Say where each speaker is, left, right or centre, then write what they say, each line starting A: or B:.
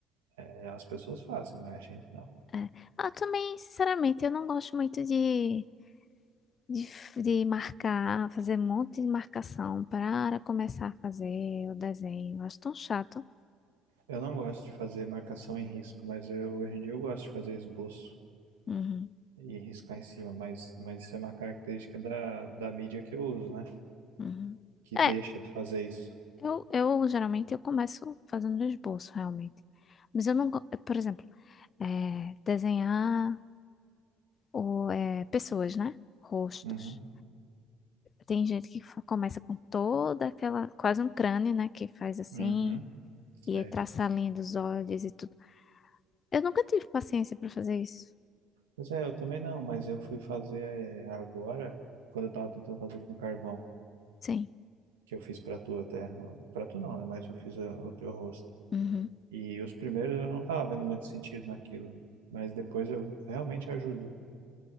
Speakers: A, on the right (about 90°); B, on the left (about 45°).
A: É, as pessoas fazem, mas a gente não.
B: É. Ah, também, sinceramente, eu não gosto muito de, de, f- de marcar, fazer um monte de marcação para começar a fazer o desenho. Eu Acho tão chato.
A: Eu não gosto de fazer marcação em risco, mas eu, hoje em dia eu gosto de fazer esboço
B: Uhum,
A: e riscar em cima, mas, mas isso é uma característica da, da mídia que eu uso, né?
B: uhum.
A: Que
B: É,
A: deixa tu fazer isso.
B: eu, eu geralmente eu começo fazendo um esboço, realmente. Mas eu não, go- por exemplo, é, desenhar o, é, pessoas, né? Rostos.
A: Uhum,
B: Tem gente que fa- começa com toda aquela, quase um crânio, né? Que faz assim,
A: uhum,
B: e
A: sei.
B: aí traça a linha dos olhos e tudo. Eu nunca tive paciência para fazer isso.
A: Pois é, eu também não, mas eu fui fazer é, agora, quando eu tava tentando fazer com carvão,
B: Sim.
A: que eu fiz pra tu até. Pra tu não, né? Mas eu fiz a- o teu rosto.
B: Uhum.
A: E os primeiros eu não tava vendo muito sentido naquilo, mas depois eu realmente ajuda.